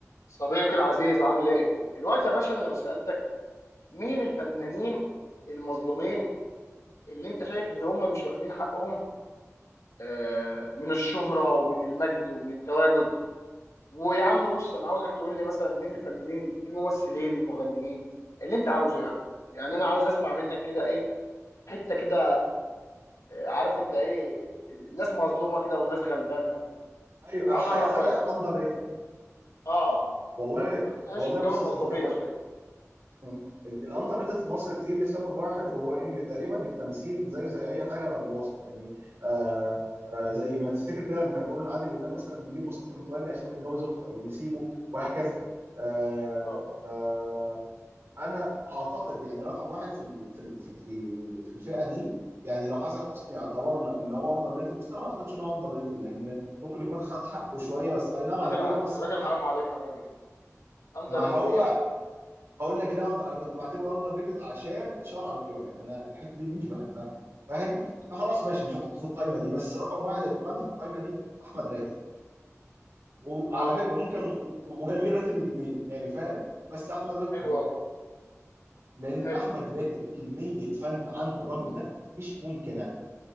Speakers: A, on the left; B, on the right.
A: صديقي العزيز عامل ايه؟ الوقت يا باشا انا لو سألتك مين الفنانين المظلومين اللي انت شايف ان هم مش واخدين حقهم آه، من الشهرة ومن المجد ومن التواجد ويا عم بص انا عاوزك تقول لي مثلا مين الفنانين الممثلين المغنيين اللي انت عاوزه يا عم يعني انا عاوز اسمع منك كده ايه حتة كده آه، عارف انت ايه ناس مظلومة كده وناس غلبانة و...
B: ايوه
A: عاوز
B: ح-
A: اعرف
B: حاجه
A: رأيك بس
B: اندر ريتد
A: اه
B: والله
A: عايزين نعيش
B: والله
A: في
B: بص
A: جو المظلومية
B: يا صديقي الع...
A: شوية
B: مم. ال- الاندر ريتد في مصر كتير لسبب واحد وهو ان تقريبا التمثيل زيه زي اي حاجه بالواسطه يعني آه آه زي ما تفتكر كده لما كانوا بيقولوا ان عادل امام مثلا بيجيب مصطفى متولي عشان متجوز اخته او نسيبه وهكذا آه
A: اه
B: انا اعتقد يعني رقم واحد في ال- في ال- في في في الفئه دي يعني لو حسن حسني اعتبرنا ان هو اندر ريتد بس انا ما اعتقدش ان هو اندر ريتد لان ممكن يكون خد حقه شويه بس اي نعم
A: يا راجل
B: على كبر
A: ع-
B: بس
A: يا
B: خد
A: راجل
B: حقه
A: حرام عليك يا راجل اندر
B: ما
A: ريتد
B: هو
A: ايه يا عم
B: اقول لك ليه أندر... انا كنت بعتبره اندر ريتد عشان اتشهر على كبر يعني انا الحته دي مش بحبها فاهم
A: مم.
B: فخلاص ماشي مش هحطه في القايمه دي بس رقم واحد هيكون عندي في القايمه دي احمد راتب وعلى
A: اه
B: فكره ممكن وجميل راتب الاثنين يعني فاهم بس احمد راتب
A: حلو
B: اكتر
A: قوي
B: لان
A: حلو
B: احمد راتب كميه فن عند الراجل ده مش ممكنه